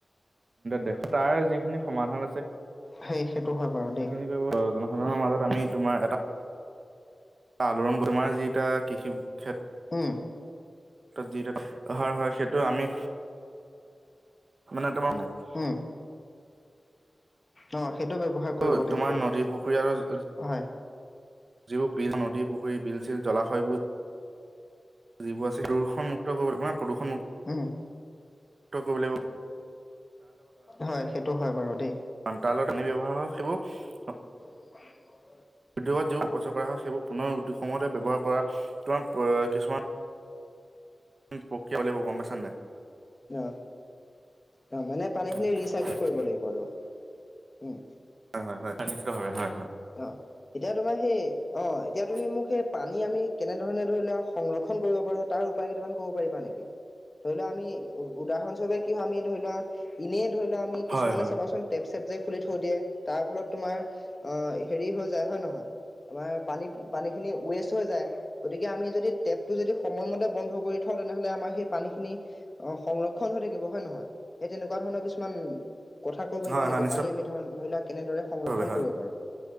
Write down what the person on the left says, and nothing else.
সেই সেইটো হয় বাৰু দে
উম।
উম, অ সেইটো ব্যৱহাৰ কৰিব
লাগিব
বাৰু
হয়।
উম।
হয় সেইটো হয় বাৰু দেই।
ৰ পান <inaudible>
অ, অ মানে পানীখিনি
ৰিচাইকেল কৰিব লাগিব আৰু উম।
অ এতিয়া তোমাৰ সেই, অ
এতিয়া তুমি মোক সেই পানী আমি কেনেধৰণে ধৰি লোৱা সংৰ ক্ষণ কৰিব পাৰো তাৰ উপায় কেইটামান ক'ব পাৰিবা নেকি? ধৰি লোৱা আমি উ উদাহৰণস্বৰূপে কি হয় আমি ধৰি লোৱা ইনে ধৰি লোৱা আমি কিছুমানে
চাবাচোন টেপ - চেপ যে খুলি থৈ দিয়ে তাৰ ফলত তোমাৰ অ হেৰি হৈ যায় হয় নহয়? আমাৰ পানী পানীখিনি ৱেষ্ট হৈ যায় গতিকে আমি যদি টেপটো যদি সময়মতে বন্ধ কৰি থওঁ তেনেহ'লে আমাৰ সেই পানীখিনি অ সংৰক্ষণ হৈ থাকিব হয় নহয়? সেই তেনেকুৱা ধৰণৰ কিছুমান কথা ক'ব পাৰিবা
নেকি
পানী আমি ধৰ ধৰি লোৱা কেনেদৰে সংৰক্ষণ
কৰিব পাৰো?